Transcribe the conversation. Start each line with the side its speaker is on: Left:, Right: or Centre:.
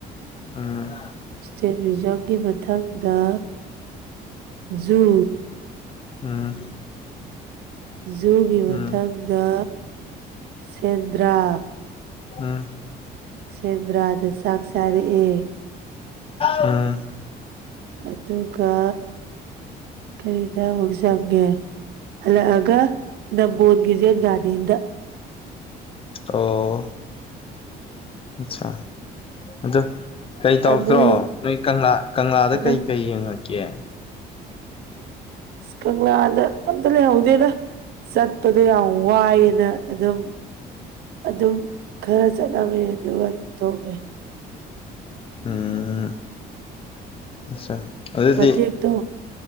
Left: ꯎꯝ
Right: ꯏꯁꯇꯦꯠ ꯃ꯭ꯌꯨꯖꯝꯒꯤ ꯃꯊꯪꯗ ꯖꯨ
Left: ꯎꯝ
Right: ꯖꯨꯒꯤ
Left: ꯎꯝ
Right: ꯃꯊꯪꯗ ꯁꯦꯟꯗ꯭ꯔꯥ
Left: ꯎꯝ
Right: ꯁꯦꯟꯗ꯭ꯔꯥꯗ ꯆꯥꯛ ꯆꯥꯔꯛꯑꯦ
Left: ꯎꯝ
Right: ꯑꯗꯨꯒ ꯀꯔꯤꯗ ꯑꯃꯨꯛ ꯆꯪꯉꯦ ꯍꯜꯂꯛꯑꯒ ꯅꯝꯕꯣꯜꯒꯤꯖꯦꯠ ꯒꯥꯔꯗꯦꯟꯗ
Left: ꯑꯣ ꯑꯆꯥ ꯑꯗꯣ ꯀꯩ ꯇꯧꯗ꯭ꯔꯣ
Right: ꯅꯣꯏ
Left: ꯅꯣꯏ ꯀꯪꯂꯥ ꯀꯪꯂꯥꯗ
Right: ꯍꯟꯗꯛ
Left: ꯀꯩ ꯀꯩ ꯌꯦꯡꯉꯛꯀꯦ
Right: ꯀꯪꯂꯥꯗ ꯑꯝꯇꯥ ꯂꯩꯍꯧꯗꯦꯗ ꯆꯠꯄꯗꯣ ꯌꯥꯝ ꯋꯥꯏꯌꯦꯅ ꯑꯗꯨꯝ ꯑꯗꯨꯝ ꯈꯔ ꯆꯠꯂꯝꯃꯦ ꯑꯗꯨꯒ ꯑꯗꯨꯝ ꯊꯣꯝꯃꯦ
Left: ꯎꯝ ꯑꯆꯥ ꯑꯗꯨꯗꯤ
Right: ꯃꯇꯦꯛꯇꯣ